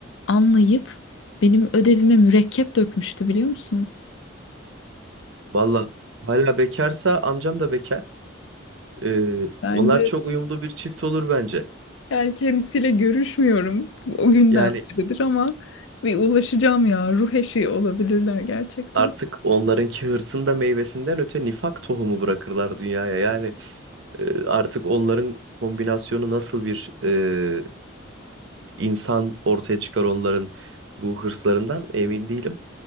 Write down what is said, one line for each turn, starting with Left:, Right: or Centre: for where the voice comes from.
Left: anlayıp benim ödevime mürekkep dökmüştü biliyor musun?
Right: Valla hala bekarsa amcam da bekar. Ee,
Left: Bence
Right: onlar çok uyumlu bir çift olur bence.
Left: yani kendisiyle görüşmüyorum o günden
Right: Yani
Left: beridir ama bir ulaşacağım ya. Ruh eşi olabilirler gerçekten.
Right: artık onlarınki hırsın da meyvesinden öte nifak tohumu bırakırlar dünyaya. Yani e, artık onların kombinasyonu nasıl bir e, insan ortaya çıkar onların bu hırslarından emin değilim.